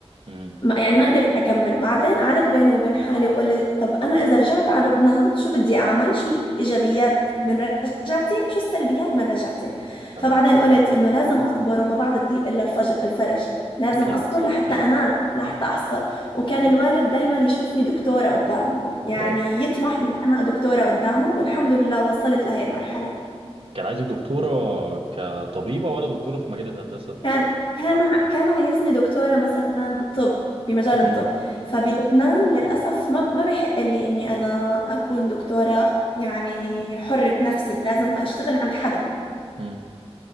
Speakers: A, on the right; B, on the left.
A: امم
B: ما يعني ما قدرت أكمل بعدين قعدت بيني وبين حالي وقلت طب أنا إذا رجعت على لبنان شو بدي أعمل شو الإيجابيات من رجعتي شو السلبيات من رجعتي
A: تمام
B: فبعدين قلت إنه لازم أصبر وما بعد الضيق إلا الفج الفرج لازم
A: اكيد
B: أصبر لحتى
A: اكيد
B: أنال لحتى أحصل وكان
A: امم
B: الوالد دايما يشوفني دكتورة قدامه يعني
A: طيب
B: يطمح إني أنا دكتورة قدامه والحمد لله وصلت لهي المرحلة
A: كان عايزك دكتوره كطبيبه ولا دكتوره في مجال الهندسه
B: كان كان ع- كان عايزني دكتورة مثلا طب بمجال
A: امم
B: الطب فبلبنان للأسف ما ما بحق لي إني أنا أكون دكتورة يعني حرة نفسي لازم أشتغل عند حدا
A: امم